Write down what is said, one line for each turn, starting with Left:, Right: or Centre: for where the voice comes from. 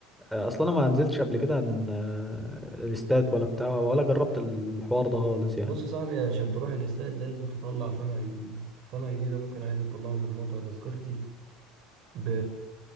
Centre: آه، اصلا انا ما نزلتش قبل كده عن آه، الاستاد ولا بتاع ولا جربت الحوار ده خالص يعني
Right: بص يا صاحبي عشان تروح الاستاد لازم تطلع فان اي دي الفان اي دي ده ممكن عادي تطلعه من موقع تذكرتي ب...